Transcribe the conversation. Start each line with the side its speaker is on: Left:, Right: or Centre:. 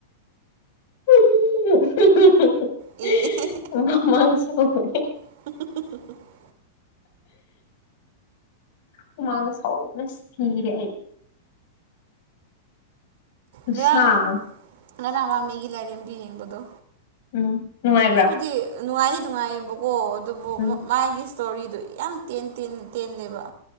Left: ꯎꯝ <unintelligible> <inaudible>
Right: ꯏ <unintelligible>
Left: ꯍꯨꯃꯡ ꯁꯧꯑꯦ
Right: <unintelligible>
Left: ꯍꯨꯃꯥꯡ ꯁꯧꯕꯅ ꯁꯤꯔꯦ ꯑꯩ ꯈꯨꯁꯥ
Right: ꯉꯔꯥꯡ
Left: ꯑꯃ
Right: ꯉꯔꯥꯡ ꯃꯃꯤꯒꯤ ꯂꯥꯏꯔꯤꯛ ꯑꯗꯨ ꯌꯦꯡꯕꯗꯣ
Left: ꯎꯝ ꯅꯨꯡꯉꯥꯏꯕ꯭ꯔꯥ
Right: ꯍꯥꯏꯕꯗꯤ ꯅꯨꯡꯉꯥꯏꯗꯤ ꯅꯨꯡꯉꯥꯏꯌꯦꯕꯀꯣ ꯑꯗꯨꯕꯨ
Left: ꯎꯝ
Right: ꯃꯥꯒꯤ__ ꯏꯁꯇꯣꯔꯤꯗꯨ ꯌꯥꯝ ꯇꯦꯟ ꯇꯦꯟ ꯇꯦꯜꯂꯦꯕ